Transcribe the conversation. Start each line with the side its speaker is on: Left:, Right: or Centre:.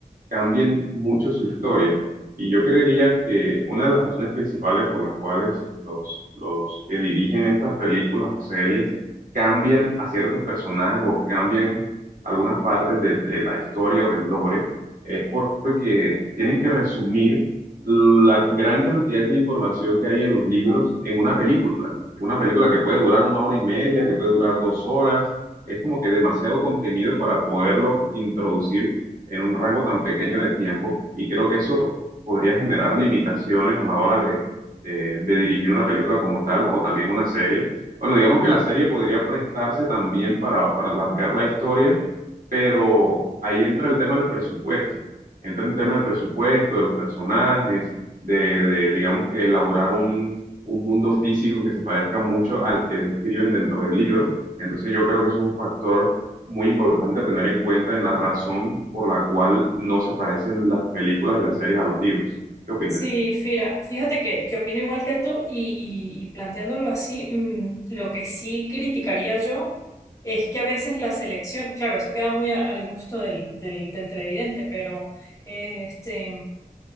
Right: cambien mucho su historia. Y yo creería que una de las razones principales por las cuales los, los que dirigen estas películas o series cambian a ciertos personajes o cambian algunas partes de, de la historia o del lore es porque tienen que resumir la gran cantidad de información que hay en los libros en una película. En una película que puede durar una hora y media, que puede durar dos horas. Es como que demasiado contenido para poderlo introducir en un rango tan pequeño de tiempo y creo que eso podría generar limitaciones a la hora de, de- de dirigir una película como tal o también una serie. Bueno, digamos que la serie podría prestarse también para, para alargar la historia, pero ahí entra el tema del presupuesto. Entra el tema del presupuesto, de los personajes, de, de, digamos que elaborar un, un mundo físico que se parezca mucho al que describen dentro del libro. Entonces yo creo que eso es un factor muy importante a tener en cuenta en la razón por la cual no se parecen las películas y las series a los libros. ¿Qué opinas?
Left: Sí, Fira, fíjate que, que opino igual que tú y, y- y planteándolo así, mm, lo que sí criticaría yo es que a veces la selección, claro, eso queda muy a- al gusto del, del, del televidente, pero eh, este,